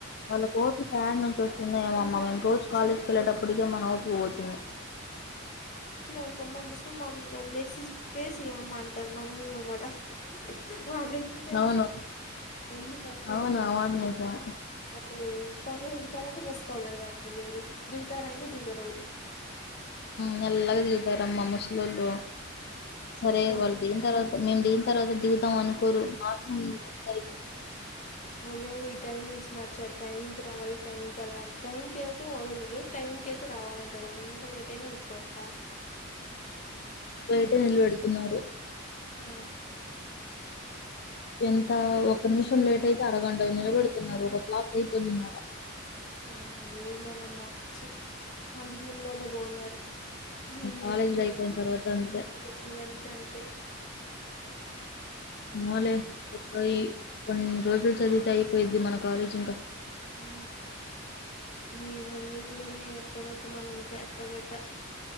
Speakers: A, on the left; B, on the left.
A: వాళ్ళ కో త్ తయా నుంచి వస్ ఉన్నాయేమొ
B: మళ్ళీ
A: అమ్మ
B: వాళ్ళు
A: మేము రోజు
B: అనిపించింది
A: కాలేజ్కి
B: అనుకో
A: వెళ్ళేటప్పటికే మన ఓపిక పోతుంది
B: ఒ కమ్మ ముసళ్ళమ్మ కద లేసి ప్లేస్ ఇవ్వవమ్మ అంటారు మనల్ని కూడ మన ఇంటికెళ్తే
A: అవును
B: ఎందుకు <unintelligible>
A: అవును ఆ మాట నిజమే
B: తొందరగా ఎక్కుతారా అంటే బస్ తొందరగా ఎక్కారు దిగుతారా అంటే దిగరు
A: మెల్లగా దిగుతారమ్మ ముసలుళ్ళు సరే
B: మళ్
A: వాళ్ళు దిగిన తర్వాత మేము దిగిన తర్వాత దిగుతాం అను కోరు మా కన్నా ముందే
B: మళ్ ఈ టై మంగ్స్ మార్చారు టైమింగ్ రావాలి టైం కళ్ళాల టైం కి వెళ్లితే వదలరు టై మ్ ఇంకైతే రావాలంటే అరక నిమిషాలు నైతేయినే ఉరుకోవట్ల
A: బయటె నిల పెడుతున్నారు
B: హ
A: ఎంత ఒక నిమిషం లేట్ అయితే అరగంటలు నిలబెడుతున్నారు ఒక క్లాస్ అయిపోతుదాడా
B: ఆ ఏందోనమ్మాచ్చి అంతకు ముందోలే పోన్నారు వాళ్ళు
A: కాలేజీలు అయిపోయిన తర్వాత అంతే
B: వచ్చిన కంచి అంతే
A: ఏమోలే ఒక కొన్ని రోజులు చదివితే అయిపోయిద్ది మన కాలేజ్ ఇంకా
B: అ ఈ వీక్ లోనే ఎట్టాగొట్ట మనం ఇంకా ఎట్టోగొట్ట